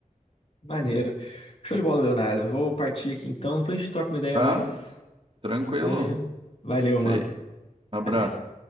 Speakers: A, on the left; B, on the right.
A: Maneiro. Show de bola, Leonardo. Vou partir aqui então, depois a gente troca uma ideia
B: Tá?
A: a mais.
B: Tranquilo.
A: Valeu. Valeu,
B: Feito.
A: mano.
B: Um abraço.
A: Valeu.